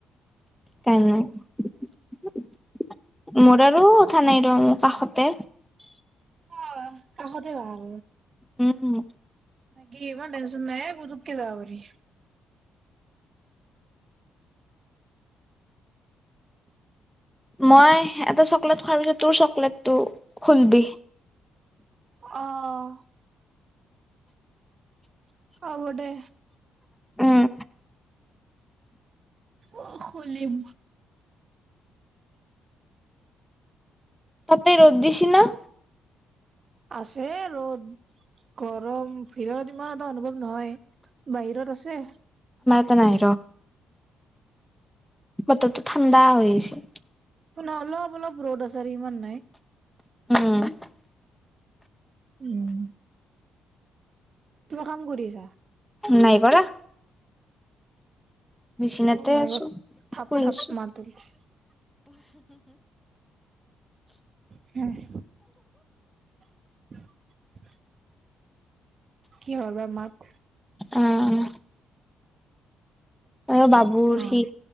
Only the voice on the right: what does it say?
অঁ কাষতে ভাল
ন কি ইমান টেনচন নাই পুতুকে য পাৰি
অঁ অঁ দে ঘৰতে
অঁ খুলিম
আছে ৰ গৰম ভিৰতৰ। ইমান এটা অনুভৱ নহয় বাহিৰত আছে।।
ন অলপ।। অলপ ৰ'দ আছে ইমান নাই,,
উম।। কিবা কাম কৰিছা?
অ', নাই
ৰ থাপ
থাপ
মাত ওলছে হয়। <unintelligible> কিহৰ বা মাক
অ'